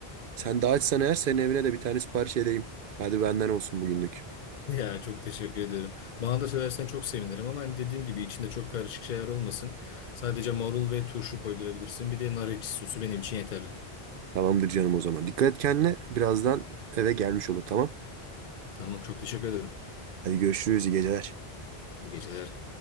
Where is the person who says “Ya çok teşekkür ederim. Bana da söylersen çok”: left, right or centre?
Left